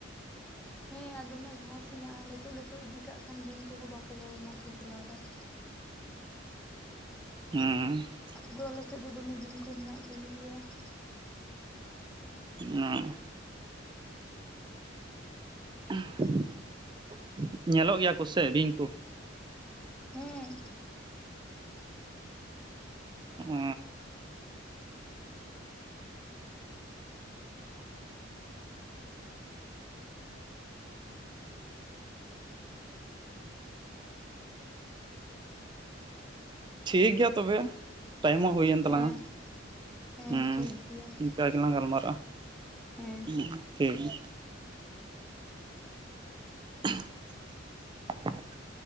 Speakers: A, in the centre; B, on the right.
A: ᱦᱮᱸ, ᱟᱨ ᱫᱚᱢᱮ ᱜᱷᱟᱥ ᱦᱮᱱᱟᱜᱼᱟ, ᱱᱤᱛᱚᱜ ᱱᱤᱛᱚᱜ ᱤᱫᱤ ᱠᱟᱜ ᱠᱷᱟᱱ ᱵᱤᱧ ᱠᱚᱦᱚᱸ ᱵᱟᱠᱚ ᱵᱚᱞᱚᱱᱟ ᱠᱷᱚᱥᱞᱟ ᱨᱮ ᱾
B: ᱦᱩᱸ ᱾
A: ᱟᱫᱚ ᱟᱞᱮ ᱥᱮᱫ ᱫᱚ ᱫᱚᱢᱮ ᱵᱤᱧ ᱠᱚ ᱦᱮᱱᱟᱜ ᱠᱚᱜᱮ ᱜᱮᱭᱟ ᱾
B: ᱚ ᱾ <unintelligible> ᱧᱮᱞᱚᱜ ᱜᱮᱭᱟ ᱠᱚᱥᱮ ᱵᱤᱧ ᱠᱚ?
A: ᱦᱮᱸ᱾
B: ᱚᱸ ᱾ ᱴᱷᱤᱠ ᱜᱮᱭᱟ ᱛᱚᱵᱮ ᱴᱟᱭᱤᱢ ᱦᱚᱸ ᱦᱩᱭᱮᱱ ᱛᱟᱞᱟᱝᱟ,
A: ᱦᱮᱸ ᱦᱮᱸ
B: ᱦᱩᱸ
A: ᱴᱷᱤᱠ
B: ᱾
A: ᱜᱮᱭᱟ ᱢᱟ
B: ᱚᱱᱠᱟ ᱜᱮᱞᱟᱝ ᱜᱟᱞᱢᱟᱨᱟᱜᱼᱟ,
A: ᱦᱮᱸ
B: ᱴᱷᱤᱠ ᱜᱮᱭᱟ ᱾ <inaudible>